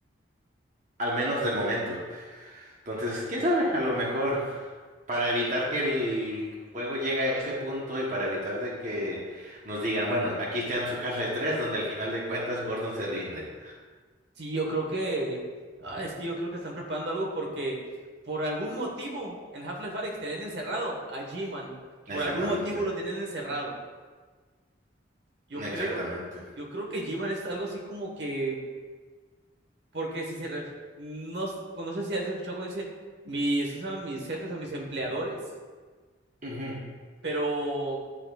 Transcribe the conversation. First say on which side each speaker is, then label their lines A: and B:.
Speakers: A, on the right; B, on the right.
A: al menos de momento. Entonces, quién sabe, a lo mejor para evitar que el juego llegue a ese punto y para evitar de que nos digan, bueno, aquí están su Half-Life 3, donde al final de cuentas Gordon se rinde.
B: Sí, yo creo que... Ah, es que yo creo que están preparando algo porque por algún motivo en Half-Life Alyx tenían encerrado a G-Man. Por
A: Exactamente,
B: algún motivo lo tenían encerrado. Yo creo,
A: exactamente.
B: yo creo que G-Man es algo así como que Porque si se... ref- No, s- no sé si has escuchado cuando dice mis, ¿cómo se llaman? mis jefes o mis empleadores,
A: Ujú.
B: pero